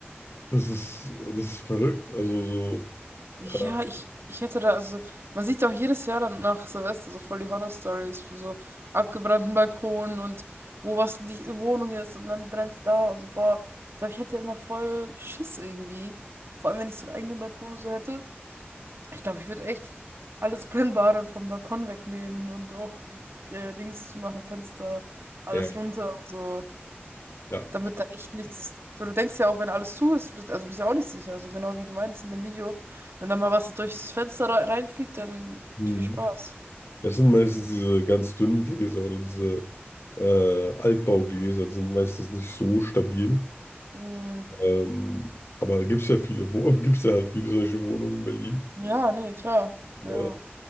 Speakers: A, on the left; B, on the right.
A: das ist, das ist verrückt. Also so,
B: Ja,
A: äh,
B: ich, ich hätte da, also, man sieht ja auch jedes Jahr dann nach Silvester so voll die Horror-Stories von so abgebrannten Balkonen und wo was die Wohnung ist und dann brennt's da und so, boah, ich glaube, ich hätte immer voll Schiss irgendwie. Vor allem, wenn ich so einen eigenen Balkon und so hätte. Ich glaube, ich würde echt alles Brennbare vom Balkon wegnehmen und auch die äh, Dings zumachen, Fenster, alles
A: ja,
B: runter, und so.
A: ja.
B: Dann wird da echt nichts. So, du denkst ja auch, wenn alles zu ist, bist, also bist ja auch nicht sicher. So genau wie du meinst in dem Video. Wenn da mal was durch das Fenster rei- reinfliegt, dann
A: Hm.
B: viel Spaß.
A: Das sind meistens diese ganz dünnen Gläser oder diese äh, Altbaugläser, die sind meistens nicht so stabil.
B: Mm,
A: Ähm, aber gibt es ja viele, wo <laughs> gibt es ja halt viele solche Wohnungen in Berlin.
B: ja, nee, klar. Ja.
A: Äh,